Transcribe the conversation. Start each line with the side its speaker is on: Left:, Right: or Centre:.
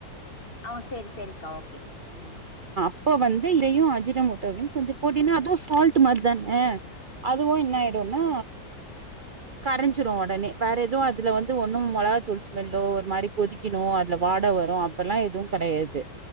Left: ஆஹ் சரி சரிக்கா ஓகே ம்
Right: இப்ப வந்து இதையும் அஜினோமோட்டோ வையும் கொஞ்ச போட்டீனா அதுவும் சால்ட் மாதிரி தானே அதுவும் என்ன ஆயிடும்னா கரைஞ்சிடும் உடனே வேற எதவும் அதுல வந்து ஒண்ணும் மிளகா தூள் ஸ்மெல்லோ ஒரு மாதிரி கொதிக்கணும் அதுல வாடை வரும் அப்பல்லாம் எதுவும் கிடையாது